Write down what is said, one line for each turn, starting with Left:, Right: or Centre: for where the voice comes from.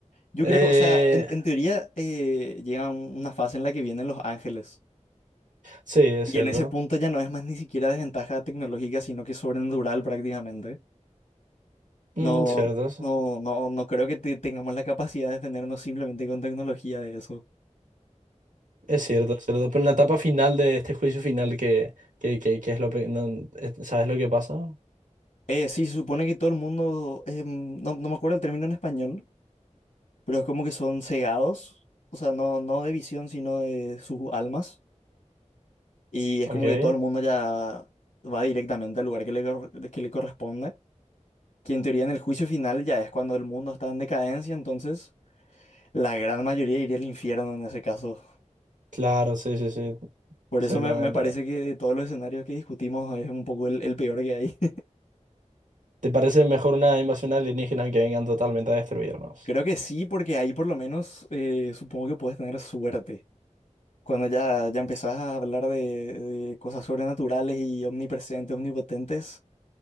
Left: Yo
Right: eh,
Left: creo, o sea, en, en teoría eh, llega un- una fase en la que vienen los ángeles.
Right: sí, es
Left: Y
Right: cierto.
Left: en ese punto ya no es más ni siquiera desventaja tecnológica, sino que es sobrenatural prácticamente.
Right: Mm,
Left: No,
Right: cierto, eso.
Left: no, no, no creo que te- tengamos la capacidad de defendernos simplemente con tecnología de eso.
Right: es cierto, es cierto. Pero en la etapa final de este juicio final que, que, que, que es lo... pe- no, es- ¿sabes lo que pasa?
Left: Eh, sí, se supone que todo el mundo, em, no, no me acuerdo el término en español, pero es como que son cegados, o sea, no, no de visión, sino de sus almas. Y es
Right: Ok.
Left: como que todo el mundo ya va directamente al lugar que le, cor- que le corresponde. que en teoría en el juicio final ya es cuando el mundo está en decadencia, entonces la gran mayoría iría al infierno en ese caso.
Right: Claro, sí, sí, sí.
Left: Por
Right: Exactamente.
Left: eso me, me parece que de todos los escenarios que discutimos es un poco el, el peor que hay.
Right: ¿Te parece mejor una invasión alienígena que vengan totalmente a destruirnos?
Left: <laughs> Creo que sí, porque ahí por lo menos eh, supongo que puedes tener suerte. Cuando ya, ya empezás a hablar de, de cosas sobrenaturales y omnipresentes, omnipotentes,